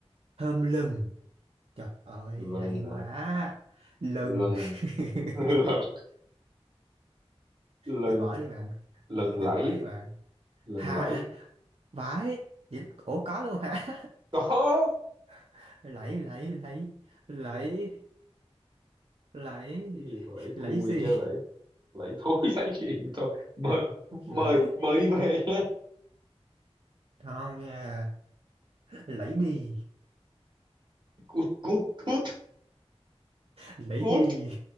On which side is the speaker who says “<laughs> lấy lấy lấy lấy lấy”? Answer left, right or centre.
Right